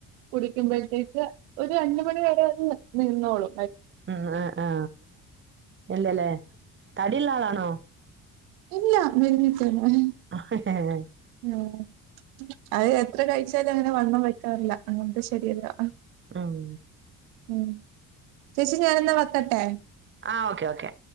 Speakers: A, on the right (about 90°); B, on the right (about 30°).
A: കുടിക്കുമ്പോഴത്തേക്ക്, ഒരു, അഞ്ച്, മണി, വരെ, അത്, നിക്ക്, നിന്നോളൂ
B: അ, ആ, ആ, ഇല്ലല്ലേ, തടിള്ളളാണോ
A: ഇല്ലാ, മെലിഞ്ഞിട്ടെന്നെ
B: ആ, ഹഹ
A: ഉം, അത്, എത്ര കഴിച്ചാലും, അങ്ങനെ, വണ്ണം, വെക്കാറില്ല, അങ്ങനത്തെ, ശരീരാ
B: ആഹ്
A: ഉം, ചേച്ചി, ഞാനെന്നാ, വക്കട്ടെ
B: ആ ഓക്കെ ഓക്കെ